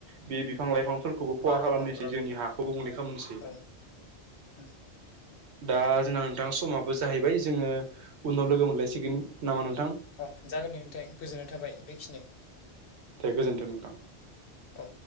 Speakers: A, on the right; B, on the left.
A: बे बिफां लाइफांफोरखौबो
B: बारहावाफोराबो
A: खहा खालामनोसै जोंनि हाखौ गुबुंले खालामनोसै
B: औ उम,
A: दा जोंना नोंथां समाबो जाहैबाय जोंङो उनाव लोगो मोनलायसिगोन नामा नोंथां
B: अह जागोन दे नोंथां गोजोननाय थाबाय बेखिनि
A: <unintelligible> गोजोन्थों नोंथां
B: औ